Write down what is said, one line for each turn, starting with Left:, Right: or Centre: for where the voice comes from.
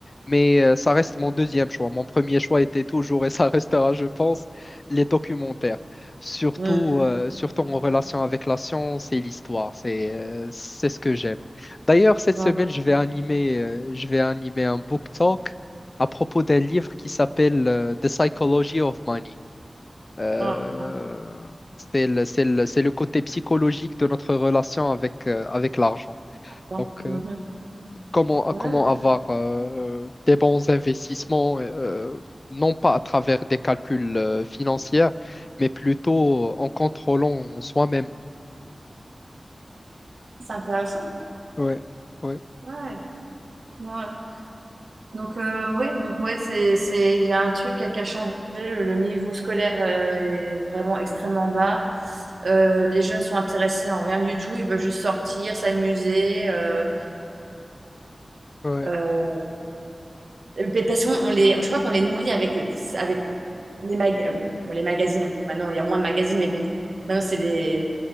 Left: mais euh, ça reste mon deuxième choix. Mon premier choix était toujours, et ça <laughs> restera, je pense, les documentaires. Surtout,
Right: mm,
Left: euh, surtout en relation avec la science et l'histoire. C'est euh, c'est ce que j'aime. D'ailleurs, cette
Right: ouais,
Left: semaine, je vais animer, euh, je vais animer un book talk à propos d'un livre qui s'appelle euh, The Psychology of Money. Euh,
Right: ouais,
Left: c'est le, c'est le- c'est le côté psychologique de notre relation avec, euh, avec l'argent.
Right: ouais,
Left: Donc,
Right: mhm.
Left: euh, comment,
Right: Ouais,
Left: comment avoir euh, des bons investissements, euh, non pas à travers des calculs euh, financiers, mais plutôt en contrôlant soi-même.
Right: c'est intéressant.
Left: Ouais, ouais,
Right: Ouais, ouais. Donc euh, oui, donc ouais, c'est c'est il y a un truc qui a, qui a changé. Le, le niveau scolaire euh, est vraiment extrêmement bas. Euh, les jeunes sont intéressés en rien du tout. Ils veulent juste sortir, s'amuser. Euh,
Left: ouais.
Right: euh, et puis, parce qu'on on les, je crois qu'on les nourrit avec avec les mag- euh, bon, les magazines. Maintenant, il y a moins de magazines, mais bon, maintenant c'est les,